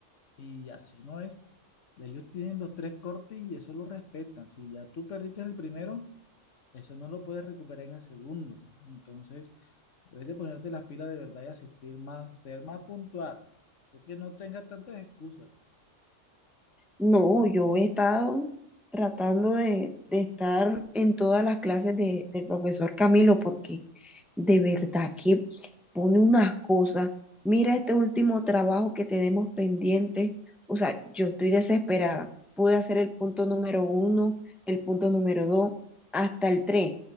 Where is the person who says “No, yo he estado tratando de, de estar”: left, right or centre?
Centre